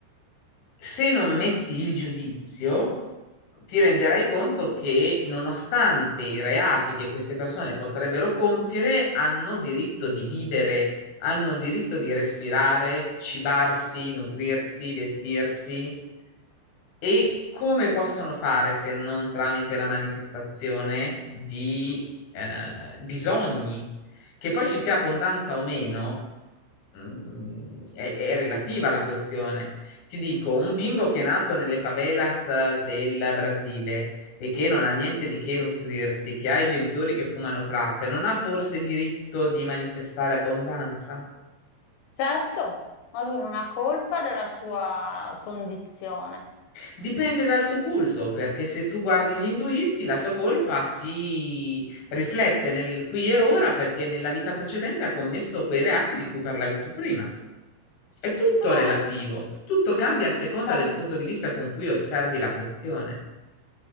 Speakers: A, on the left; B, on the left.
A: se non metti il giudizio, ti renderai conto che nonostante i reati che queste persone potrebbero compiere, hanno diritto di vivere, hanno diritto di respirare, cibarsi, nutrirsi, vestirsi. E come possono fare se non tramite la manifestazione di eh, bisogni? Che poi ci sia abbondanza o meno, mh, è, è relativa la questione. Ti dico, un bimbo che è nato nelle favelas del Brasile e che non ha niente di che nutrirsi, che ha i genitori che fumano crack, non ha forse diritto di manifestare abbondanza?
B: Certo, ma lui non ha colpa della sua condizione.
A: Dipende dal tuo culto, perché se tu guardi gli induisti, la sua colpa si riflette nel qui e ora perché nella vita precedente ha commesso quei reati di cui parlavi tu prima. È tutto
B: Ah,
A: relativo, tutto cambia a seconda
B: certo,
A: del punto di vista con cui osservi la questione.